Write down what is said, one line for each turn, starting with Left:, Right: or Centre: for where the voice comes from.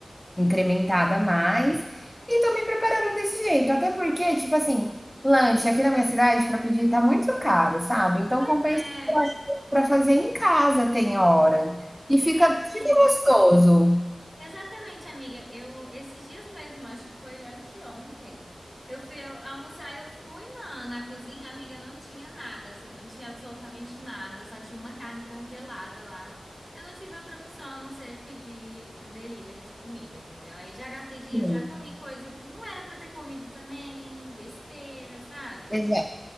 Centre: incrementada a mais. E tô me preparando desse jeito. Até porque, tipo assim, lanche aqui na minha cidade para pedir tá muito caro, sabe? Então
Left: Pois
Centre: compensa
Left: é,
Centre: para fazer em casa, tem hora. E fica,
Left: exatamente.
Centre: fica gostoso.
Left: Exatamente, amiga. Eu esses dias mesmo, acho que foi anteontem, eu fui al- almoçar, eu fui na, na cozinha, amiga, não tinha nada, assim, não tinha absolutamente nada, só tinha uma carne congelada lá. Eu não tive outra opção a não ser pedir o delivery de comida, entendeu? Aí já gastei
Centre: Sim,
Left: dinheiro, já comi coisa que não era pra eu ter comido também, besteira, sabe?
Centre: exa-